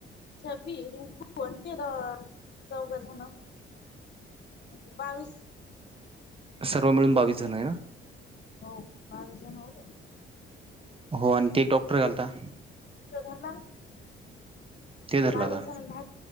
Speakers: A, on the left; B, on the right.
A: छबी रिंकू अते चौघ झाण. म्हणजे बावीस
B: सर्व मिळून बावीस जण आहे ना.
A: हो बावीस जण होत.
B: हो आणि ते एक डॉक्टर घालता.
A: रला
B: ते धरला
A: बावीस
B: का?
A: जण भा